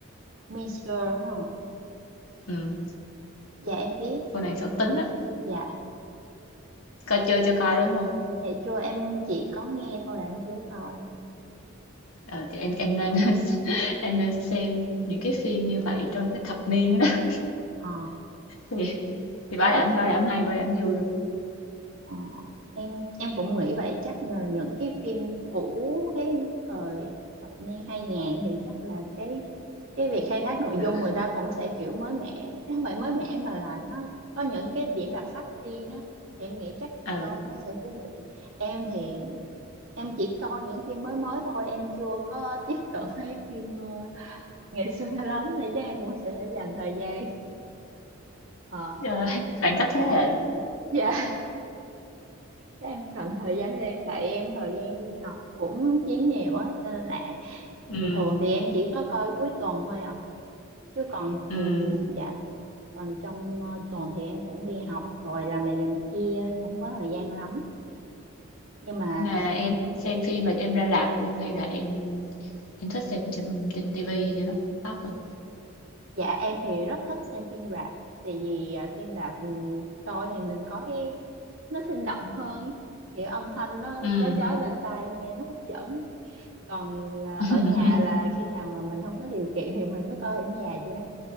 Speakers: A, on the right (about 70°); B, on the left (about 80°).
A: Mean Girls đúng không?
B: ừ
A: Dạ em biết,
B: cô nàng xấu
A: nhưng
B: tính
A: mà
B: á
A: dạ,
B: coi chơi chưa coi đúng không
A: dạ chưa em chỉ có nghe thôi à, em chưa có coi.
B: Ờ, thì em em nên <laughs> em nên xem những cái phim như vậy trong cái thập niên đó <laughs>
A: Ờ,
B: đó. thì thì bảo
A: mấy
B: đảm bảo đảm hay bảo đảm vui luôn
A: Ờ, em em cũng nghĩ vậy chắc là những cái phim cũ cái thời thập niên hai ngàn thì chắc là cái cái việc khai thác nội dung
B: rồi
A: người ta cũng sẽ kiểu mới mẻ không phải mới mẻ mà là nó có những cái điểm đặc sắc riêng á thì em nghĩ chắc
B: ờ,
A: coi nó sẽ thú vị em thì em chỉ coi những phim mới mới thôi em chưa có tiếp cận <laughs> với phim ờ, ngày xưa lắm thì chắc em cũng sẽ phải dành thời gian ờ
B: rồi, khoảng cách
A: dạ
B: thế hệ
A: dạ em cần thời gian thêm tại em thời gian đi học cũng chiếm nhiều á cho nên là
B: ừ
A: bình thường thì em chỉ có coi cuối tuần thôi à chứ còn
B: ừ
A: ừ, dạ còn trong ờ, tuần thì em cũng đi học rồi làm này làm kia cũng không có thời gian lắm nhưng mà
B: mà em xem phim là em ra rạp luôn hay là em em thích xem trên trên tivi hay trên laptop hơn
A: dạ em thì rất thích xem phim rạp tại vì ờ, phim rạp ừ, coi thì mình có cái nó sinh động hơn ý. kiểu âm thanh nó
B: ừ
A: chói chói bên tai nghe nó hấp dẫn còn ờ,
B: <laughs>
A: ở nhà là khi nào mà mình không có điều kiện thì mình mới coi ở nhà chứ